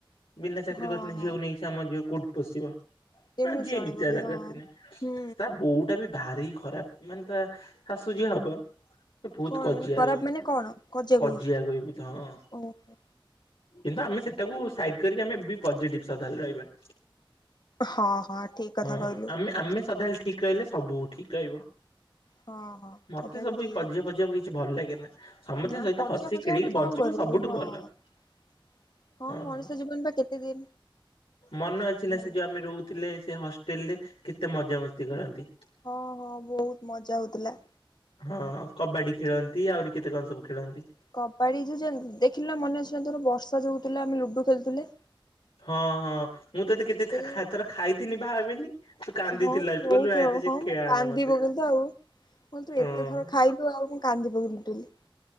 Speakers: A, on the left; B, on the left.
A: ବିନା ଚାକିରି
B: ହଁ
A: କରିଥିଲେ
B: ହଁ
A: ଝିଅକୁ ନେଇକି ଆମ ଝିଅ କୋଉଠି ପୋଷିବ।
B: କେମିତି
A: ହଁ ଯିଏ
B: ଚଳେଇବ
A: ବିଦ୍ଯା
B: ବି
A: ଦରକାରଥିଲେ
B: ହଁ। ହୁଁ
A: ତା ବୋଉ ଟା ବି ଭାରି ଖରାପ ମାନେ ତା ଶାଶୁଯିଏ ହବ। ବହୁତ
B: କଣ
A: କଜିଆଗୋଇ
B: ମାନେ ଖରାପ ମାନେ କଣ କଜିଆ
A: କଜିଆଗୋଇ
B: କୋଇ
A: ତ ହଁ।
B: ଓହୋ
A: କିନ୍ତୁ ଆମେ ସେଟାକୁ ସାଇଟି କରିକି ଆମେ ବି ପଜେଟିଭ ସଦାବେଳେ ରହିବା।
B: ହଁ ହଁ ଠିକ କଥା
A: ହଁ
B: କହିଲୁ।
A: ଆମେ ଆମେ ସଦାବେଳେ ଠିକ ରହିଲେ ସବୁ ଠିକ ରହିବ।
B: ହଁ ହଁ
A: ମତେ
B: ଏଇଟା
A: ସବୁ
B: ବି ଠିକ
A: ଏଇ କଜିଆ ଫଜିିଆକୁ କିଛି ଭଲ ଲାଗେ ନା ସମସ୍ତେ
B: ନା
A: ସହିତ
B: କଜିଆ
A: ତ ହସି
B: ଫଜିଆ
A: ଖେଳିକି
B: ଗୋଟେ କଣ
A: ବଞ୍ଚିବ
B: କରିବୁ
A: ସବୁଠୁ
B: ହଁ।
A: ଭଲ।
B: <inaudible>
A: ହଁ
B: ମଣିଷ
A: ହଁ
B: ଜୀବନ ବା କେତେ ଦିନ
A: ମନ ଅଛି
B: ହଁ
A: ନା ସେ ଯୋଉ ଆମେ ରହୁ ଥିଲେ ସେ ହଷ୍ଟେଲ୍ ରେ କେତେ ମଜାମସ୍ତି କରନ୍ତି।
B: ହଁ ହଁ ବହୁତ୍ ମଜା ହୋଉଥିଲା।
A: ହଁ କବାଡ଼ି ଖେଳନ୍ତି ଆହୁରି କେତେ କଣ ସବୁ ଖେଳନ୍ତି।
B: କବାଡ଼ି ଯେ ଯୋଉ ଦେଖିଲୁ ନା ମନେ ଅଛି ନା ତୋର ବର୍ଷା ଯୋଉ ହୋଉଥିଲା ଆମେ ଲୁଡୁ ଖେଳୁଥିଲେ?
A: ହଁ ହଁ ମୁଁ ତତେ କେତେ
B: ସେଇ
A: ଥା ଖା ଥର ଖାଇଥିନି ଭାବେନି? ତୁ କାନ୍ଦିଥିଲୁ
B: ହଁ ତୁ
A: ଲାଷ୍ଟ
B: ବହୁତ୍
A: କହିଲୁ ନାଇଁ
B: ଥର
A: ତୁ ସେ
B: ହଁ
A: ଖିଆନା
B: ମୁଁ କାନ୍ଦି
A: ମତେ
B: ପକେଇଲି ତ ଆଉ ହଁ ତୁ
A: ହଁ।
B: ଏତେ ଥର ଖାଇ ତୁ ଆଉ ମୁଁ କାନ୍ଦି ପକେଇଲି ଲିଟେରାଲି।